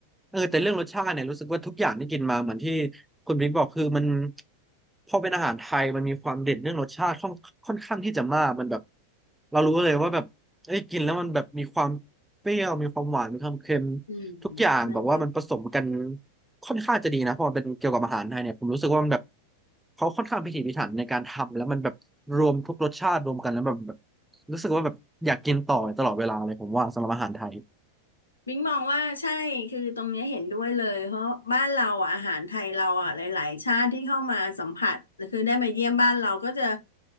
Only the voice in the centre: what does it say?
เออแต่เรื่องรสชาติเนี่ยรู้สึกว่าทุกอย่างที่กินมาเหมือนที่คุณบิ๊กบอกคือมันพอเป็นอาหารไทยมันมีความเด่นเรื่องรสชาติค่อนค่อนข้างที่จะมากมันแบบ เรารู้เลยว่าแบบเอ้ยกินแล้วมันแบบมีความเปรี้ยวมีความหวานมีความเค็ม
ทุกอย่างแบบว่ามันผสมกัน
ค่อนข้างจะดีนะเพราะมันเป็นเกี่ยวกับอาหารไทยเนี่ยผมรู้สึกว่ามันแบบเขาค่อนข้างพิถีพิถันในการทำแล้วมันแบบรวมทุกรสชาติรวมกันแล้วแบบแบบรู้สึกว่าแบบอยากกินต่อตลอดเวลาเลยผมว่าสำหรับอาหารไทย